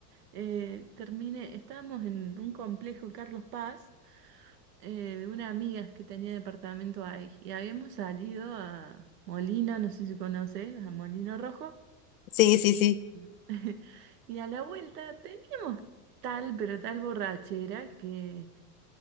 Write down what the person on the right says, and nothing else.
eh, terminé, estábamos en un complejo Carlos Paz eh, de una amiga que tenía departamento ahí y habíamos salido a Molino, no sé si conoces, a Molino Rojo
y,
<laughs> y a la vuelta teníamos tal pero tal borrachera que